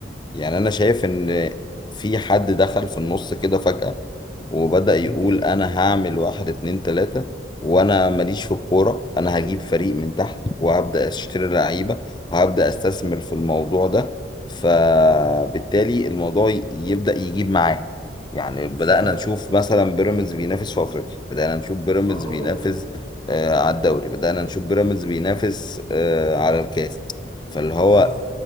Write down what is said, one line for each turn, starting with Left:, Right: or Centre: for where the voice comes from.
Left: يعني انا شايف ان في حد دخل في النص كده فجاه وبدأ
Right: امم
Left: يقول أنا هعمل واحد اتنين تلاتة وأنا ماليش
Right: اه
Left: في الكورة أنا هجيب فريق من تحت وهبدأ أشتري لعيبة وهبدأ أستثمر في الموضوع ده فبالتالي
Right: آه،
Left: الموضوع ي- يبدأ يجيب معاه يعني بدأنا
Right: صح
Left: نشوف مثلا بيراميدز بينافس في أفريقيا بدأنا نشوف بيراميدز
Right: اه طبعا
Left: بينافس آه على الدوري بدأنا نشوف بيراميدز بينافس آه على الكاس فاللي هو
Right: اه